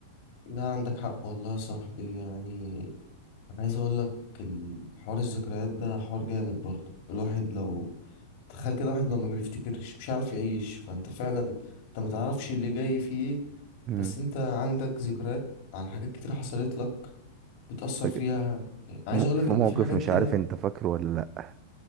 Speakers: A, on the left; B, on the right.
A: لا عندك حق والله يا صاحبي يعني انا عايز اقول لك الحوار الذكريات ده حوار جامد برضه الواحد لو تخيل كده واحد لو ما بيفتكرش مش عارف يعيش فانت فعلا انت ما تعرفش اللي جاي فيه ايه
B: امم
A: بس انت عندك ذكريات عن حاجات كتير حصلت لك بتأثر
B: فاكر
A: فيها يعني عايز
B: م-
A: اقول
B: في
A: لك ان
B: موقف
A: في حاجات
B: مش
A: كده
B: عارف انت فاكره ولا لا